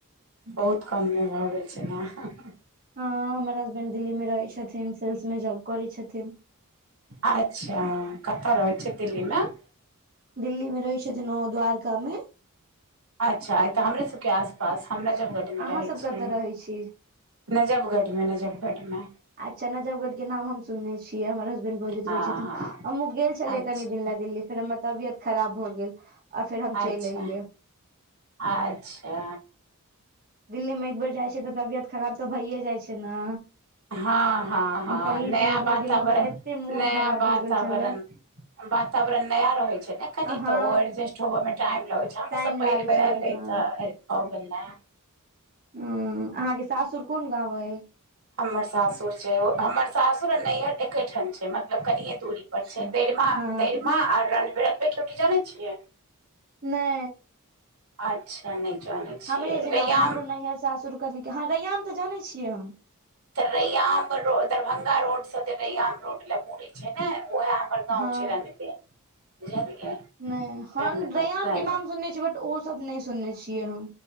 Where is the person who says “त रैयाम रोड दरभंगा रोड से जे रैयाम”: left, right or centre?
Right